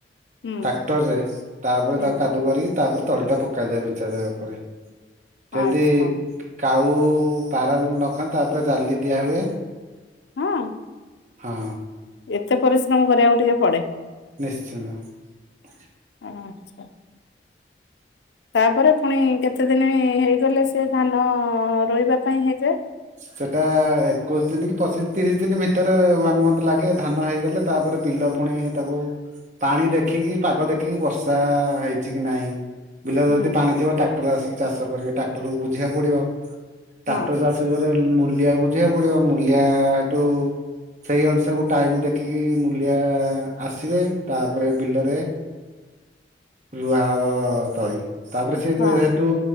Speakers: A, on the left; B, on the right.
A: ହୁଁ
B: ଟାକ୍ଟର୍ ରେ ତାପରେ
A: ହୁଁ
B: ତାକୁ କାଦୁ କରିକି ତାପରେ ତଳିଟା ପକାଯାଏ ବିଞ୍ଚା ଯାଏ ଓପରେ ଯେଦି
A: ଆଚ୍ଛା
B: କାଉ ପାରା ଯେନ୍ ନଖାଁ ତାପରେ ଜାଲି ଦିଆ ହୁଏ।
A: ହଁ?
B: ହଁ।
A: ଏତେ ପରିଶ୍ରମ କରିବାକୁ ଟିକେ ପଡ଼େ।
B: ନିଶ୍ଚିନ୍ତ।
A: ଆଚ୍ଛା। ତାପରେ ଫୁଣି କେତେ ଦିନି ହେଇଗଲେ ସିଏ ଧାନ ରୋଇବା ପାଇଁ ହେଇଯାଏ?
B: ସେଟା ଏକୋଇଶ ଦିନ କି ପଚିଶ ତିରିଶ ଦିନ ଭିତରେ ୱାନ୍ ମନ୍ଥ ଲାଗେ, ଧାନ ହେଇଗଲେ ତାପରେ ବିଲ ପୁଣି ତାକୁ ପାଣି ଦେଖିକି, ପାଗ ଦେଖିକି, ବର୍ଷା ହେଇଛି କି ନାହିଁ ବିଲରେ
A: ହୁଁ
B: ଯଦି ପାଣି ଥିବ ଟ୍ରାକ୍ଟର ଆସିକି ଚାଷ କରିବେ, ଟ୍ରାକ୍ଟରକୁ ବୁଝିବାକୁ ପଡିବ ଟ୍ରାକ୍ଟର
A: ହଁ
B: ଚାଷ କରିଗଲେ ମୂଲିଆକୁ ବୁଝିବାକୁ ପଡିବ, ମୂଲିଆଠୁ ସେଇ ଅନୁସାକୁ ଟାଇମ ଦେଖିକି ମୂଲିଆ ଆସିବେ, ତାପରେ ବିଲରେ ରୁଆଁ ହବ ତଳି। ତାପରେ ସିଏ ସେ
A: ହଁ
B: ସେଠୁ,